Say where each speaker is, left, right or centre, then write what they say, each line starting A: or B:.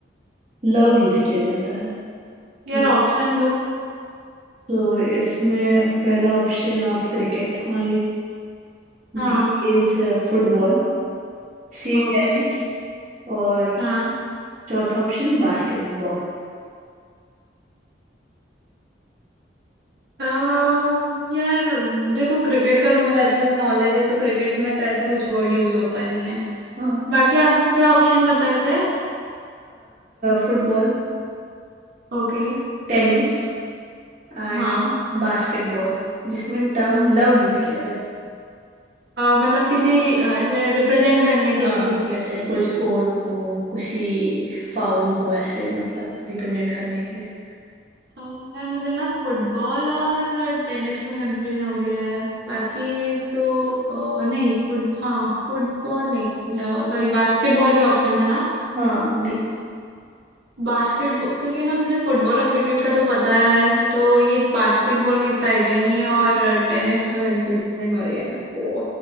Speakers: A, on the right; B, on the right.
A: लव यूज किया जाता है
B: यार
A: कि
B: ऑप्शन दो
A: तो इसमें पहला ऑप्शन आप क्रिकेट मान लीजिए
B: हाँ
A: B is football C
B: ओके
A: tennis और
B: हाँ
A: चौथा ऑप्शन बास्केटबॉल
B: आ, यार देखो क्रिकेट का तो मुझे अच्छे से नॉलेज है तो क्रिकेट में तो ऐसा कुछ वर्ड यूज होता नहीं है
A: हाँ
B: बाकी आपने क्या ऑप्शन बताए थे
A: फुटबॉल
B: ओके
A: टेनिस एंड
B: हाँ
A: बास्केटबॉल जिसमें टर्म लव यूज किया जाता है
B: आ, मतलब किसी आ, ऐसे रिप्रेजेंट करने के
A: हाँ
B: लिए किसी चीज
A: जैसे
B: को
A: कोई स्कोर को किसी फाउल को ऐसे मतलब रिप्रेजेंट करने के लिए
B: आ, यार मुझे ना फुटबॉल और टेनिस में कंफ्यूजन हो रही है बाकी तो आ, नहीं फुट हाँ फुटबॉल नहीं सॉरी बास्केटबॉल भी ऑप्शन था ना
A: हाँ डी
B: बास्केटबॉल क्योंकि ना मुझे फुटबॉल और क्रिकेट का तो पता है तो ये बास्केटबॉल का इतना आइडिया नहीं है और टेनिस में कंफ्यूजन हो रही है मेरे को